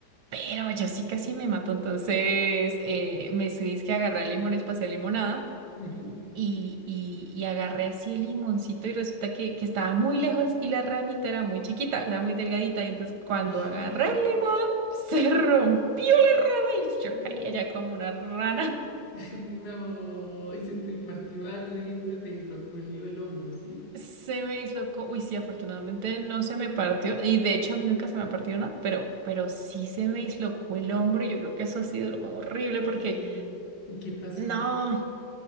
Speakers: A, on the right; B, on the left.
A: Pero yo sí casi me mato. Entonces eh, me subí es que agarré limones para hacer limonada
B: Ujú.
A: y, y, y agarré así el limoncito y resulta que, que estaba muy lejos y la ramita era muy chiquita, era muy delgadita. Y entonces cuando
B: <laughs>
A: agarré el limón, se <laughs> rompió la rama y yo
B: No,
A: caí allá como una rana.
B: <laughs> no, y se te partió. Ah, tú dijiste, te dislocó el, el hombro, ¿sí?
A: Se me dislocó. Uy, sí, afortunadamente no se me partió. Y de hecho a mí nunca se me ha partido nada, pero, pero sí se me dislocó el hombro y yo creo que eso ha sido lo más horrible
B: Ay,
A: porque
B: ¿y qué pasó?
A: no,